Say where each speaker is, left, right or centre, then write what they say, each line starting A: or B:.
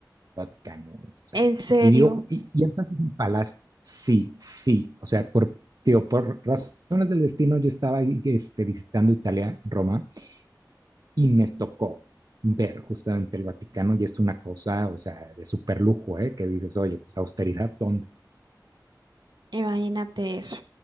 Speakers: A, on the right; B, on the right.
A: Vaticano, o sea,
B: En serio.
A: y digo, y, y entonces el Palacio, sí, sí, o sea, por, digo, por razones del destino yo estaba ahí, este, visitando Italia, Roma, y me tocó ver justamente el Vaticano y es una cosa, o sea, de super lujo, ¿eh? Que dices, oye, pues austeridad, ¿dónde?
B: Imagínate eso.